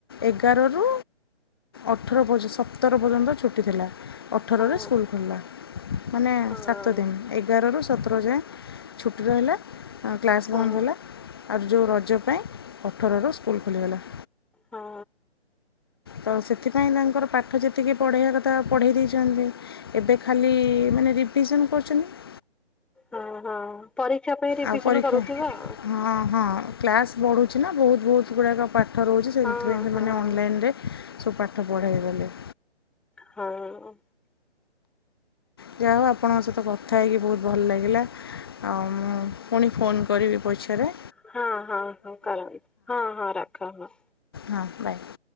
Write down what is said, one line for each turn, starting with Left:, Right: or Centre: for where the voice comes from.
Left: ଏଗାରରୁ ଅଠର ପର୍ଯ୍ୟନ୍ତ ସତର ପର୍ଯ୍ୟନ୍ତ ଛୁଟି ଥିଲା। ଅଠରରେ
Centre: ହଁ
Left: ସ୍କୁଲ ଖୋଲିଲା ମାନେ
Centre: ହଁ।
Left: ସାତଦିନ୍ ଏଗାରରୁ ସତର ଯାଏଁ ଛୁଟି ରହିଲା କ୍ଲାସ୍
Centre: ହଁ
Left: ବନ୍ଦ ହେଲା। ଆର୍ ଯୋଉ ରଜ ପାଇଁ ଅଠରରୁ ସ୍କୁଲ ଖୋଲିଗଲା।
Centre: ହଁ।
Left: ତ ସେଥିପାଇଁ ତାଙ୍କର ପାଠ ଯେ ଟିକେ ପଢ଼େଇବା କଥା ପଢ଼େଇ ଦେଇଛନ୍ତି ଏବେ ଖାଲି ମାନେ ରିଭିଜନ କରୁଛନ୍ତି।
Centre: ହଁ ହଁ ପରୀକ୍ଷା ପାଇଁ ରିଭିସନ
Left: ଆଉ ପରୀକ୍ଷା
Centre: କରୁଥିବ ଆଉ
Left: ହଁ ହଁ କ୍ଲାସ ବଢ଼ୁଛି ନା ବହୁତ ବହୁତ ଗୁଡାକ ପାଠ ରହୁଛି ସେମଥିପାଇଁ
Centre: ଆଉ
Left: ସେମାନେ
Centre: ହଁ
Left: ଅନଲାଇନରେ
Centre: ହଁ।
Left: ସବ ପାଠ ପଢ଼େଇଗଲେ।
Centre: ହଁ।
Left: ଯାହା ହଉ ଆପଣଙ୍କ ସହିତ କଥା ହେଇକି ବହୁତ ଭଲ ଲାଗିଲା ଆଉ ମୁଁ ପୁଣି ଫୋନ୍ କରିବି ପଛରେ।
Centre: ହଁ ହଁ ହଁ କରନ୍ତୁ ହଁ ହଁ ରଖ ହଁ।
Left: ହଁ ବାଏ।